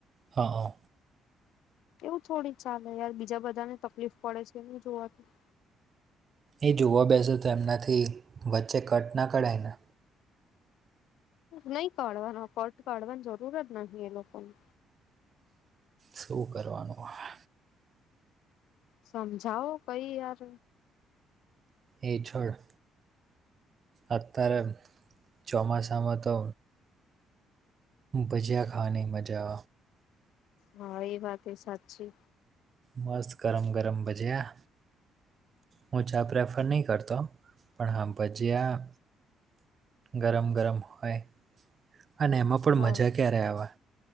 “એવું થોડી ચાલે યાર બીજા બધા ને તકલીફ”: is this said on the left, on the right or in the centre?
Left